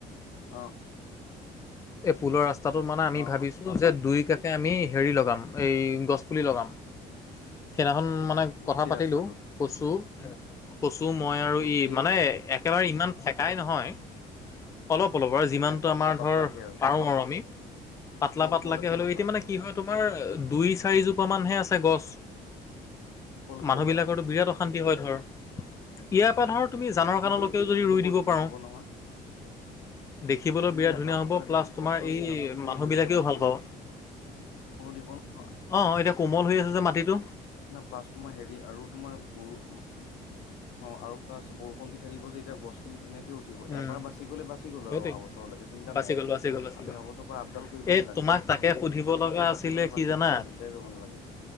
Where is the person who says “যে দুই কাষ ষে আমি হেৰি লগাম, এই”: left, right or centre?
Left